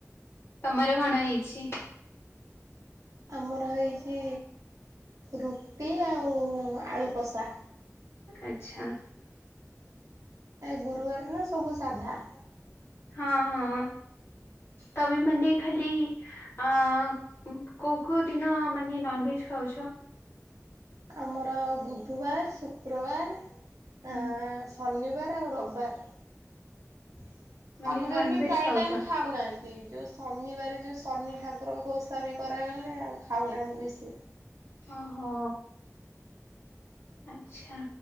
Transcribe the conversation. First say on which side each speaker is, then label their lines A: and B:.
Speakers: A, on the left; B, on the right.
A: ତୋମର କଣ ହେଇଛି?
B: ଆମର ହେଇଛି ରୁଟି ଆଉ ଆଳୁକଷା।
A: ଆଚ୍ଛା।
B: ଏ ଗୁରୁବାର ନା ସବୁ ସାଧା।
A: ହଁ, ହଁ ତୋମ ମାନେ ଖାଲି ଆ, ଉଁ, କୋଉ କୋଉ ଦିନ ମାନେ ନନଭେଜ୍ ଖାଉଛ?
B: ଆମର ବୁଧବାର ଶୁକ୍ରବାର ଆ,
A: ହୁଁ
B: ଶନିବାର ଆଉ ରବବାର, ଶନିବାର
A: ମାନେ ନନଭେଜ
B: ବି ପ୍ରାୟ
A: ଖାଉଛ
B: ଟାଇମ୍ ଖାଉନା। ଏ ଯୋଉ ଶନିବାର ଯୋଉ ଶନି ଠାକୁରଙ୍କ ଓଷା ବି କରାଗଲେ ଆଉ ଖାଉନାହାନ୍ତି ବେଶୀ।
A: ଓହୋ। ଆଚ୍ଛା।